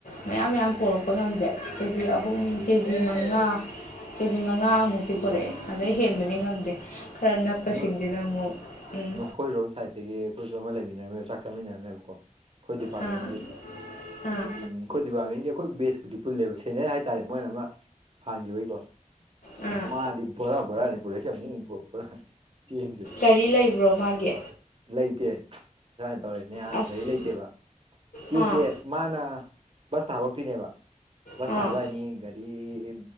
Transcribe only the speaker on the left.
ꯃꯌꯥꯝ ꯃꯌꯥꯝ ꯄꯣꯔꯛꯄ ꯉꯝꯗꯦ ꯀꯦꯖꯤ ꯑꯍꯨꯝ
ꯀꯦꯖꯤ ꯃꯉꯥ ꯀꯦꯖꯤ ꯃꯉꯥꯑꯃꯨꯛꯇꯤ ꯄꯨꯔꯛꯑꯦ ꯑꯗꯩ ꯍꯦꯟꯕꯗꯤ
ꯉꯝꯗꯦ ꯈꯔ ꯅꯛꯄꯁꯤꯡꯁꯤꯅ
ꯑꯃꯨꯛ ꯎꯝ
ꯑꯥ ꯑꯥ
ꯑꯥ
ꯀꯔꯤ ꯂꯩꯕ꯭ꯔꯣ ꯃꯥꯒꯤ
ꯑꯁ
ꯑꯥ
ꯑꯥ